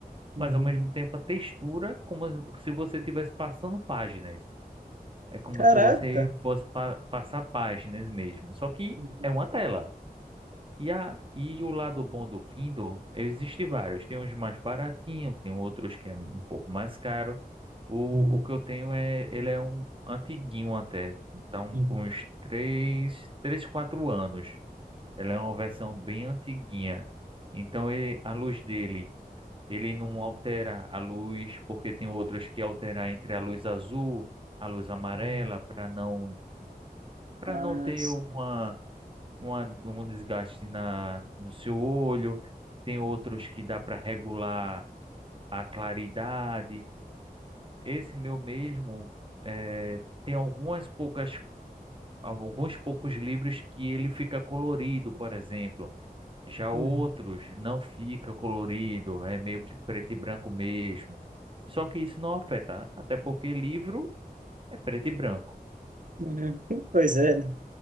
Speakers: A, on the right; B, on the right.
A: uhum,
B: mas ao mesmo tempo a textura, como se você estivesse passando páginas. É como
A: Caraca.
B: se você fosse pa- passar páginas mesmo. Só que
A: uhum,
B: é uma tela. E, a, e o lado bom do Kindle, existem vários. Tem uns mais baratinhos, tem outros que é um pouco mais caro. O,
A: uhum,
B: o que eu tenho é, ele é um antiguinho até. Então,
A: uhum,
B: com uns três três 4 anos. Ela é uma versão bem antiguinha. Então, ele, a luz dele ele não altera a luz, porque tem outros que alteram entre a luz azul, a luz amarela,
A: uhum,
B: para não para
A: Mas...
B: não ter uma, uma um desgaste na no seu olho. Tem outros que dá para regular a claridade. Esse meu mesmo eh, tem algumas poucas alguns poucos livros que ele fica colorido, por exemplo. Já outros
A: uhum,
B: não fica colorido, é meio que preto e branco mesmo. Só que isso não afeta, até porque livro é preto e branco.
A: uhum. <laughs> Pois é. né?